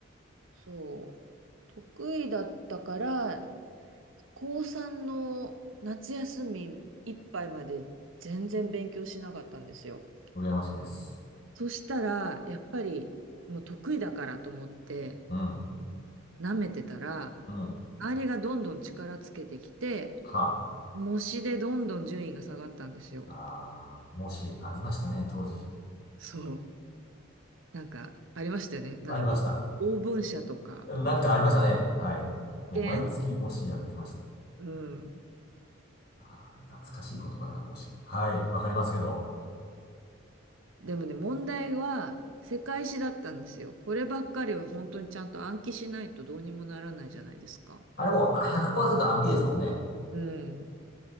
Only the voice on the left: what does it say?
あ、羨ましいです。
うん、
うん、
は、
ああ、もし、ありましたね、当時。
ありました。
なんかありましたね。はい。もう毎月もしやってましたね。
ああ、懐かしい言葉だな、もし。はい、わかりますけど。
あれもあ100%暗記ですもんね。